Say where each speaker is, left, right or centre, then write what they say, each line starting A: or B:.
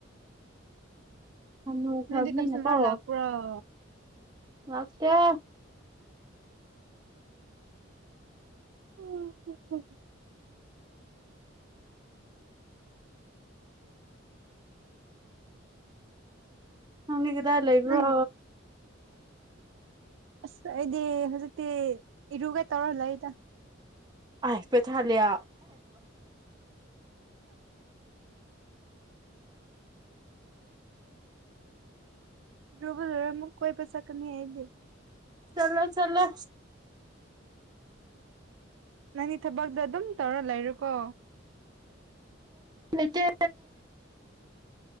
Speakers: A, on the right; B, on the right.
A: ꯍꯅꯨꯈ꯭ꯔꯕꯅꯤꯅꯀꯣ
B: ꯅꯗꯤ ꯀꯁꯇꯥꯃꯔ ꯂꯥꯛꯄꯔꯣ
A: ꯅ ꯀ
B: ꯎ ꯍ ꯍ
A: ꯅꯪꯗꯤ ꯀꯗꯥꯏ ꯂꯩꯕ꯭ꯔꯣ
B: ꯅꯪ ꯑꯁ ꯑꯩꯗꯤ ꯍꯧꯖꯤꯛꯇꯤ ꯏꯔꯨꯒ ꯇꯧꯔꯜꯂ ꯂꯩꯗ
A: ꯍꯥꯏ ꯄꯦ ꯆꯂ
B: ꯔꯨꯕꯜꯗꯨꯔ ꯑꯃꯨꯛ ꯀꯣꯏ ꯄꯩꯁꯥ ꯀꯅꯤ ꯍꯥꯏꯗꯤ
A: ꯆꯂꯣ ꯆꯂꯣ
B: ꯅꯪꯒꯤ ꯊꯕꯛꯇꯣ ꯑꯗꯨꯝ ꯇꯧꯔ ꯂꯩꯔꯣꯀꯣ
A: ꯑꯇ